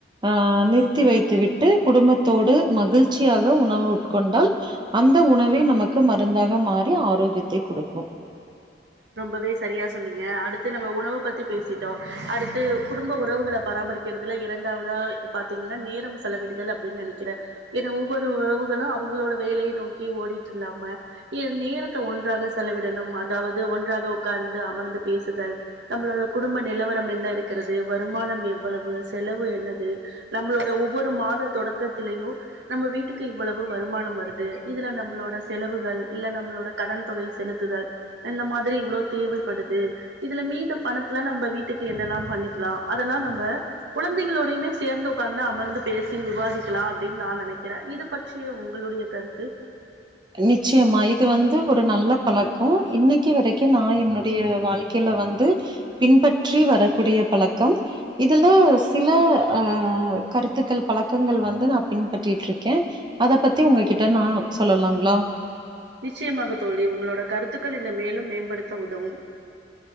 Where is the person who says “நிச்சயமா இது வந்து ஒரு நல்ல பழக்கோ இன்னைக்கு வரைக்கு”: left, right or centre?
Right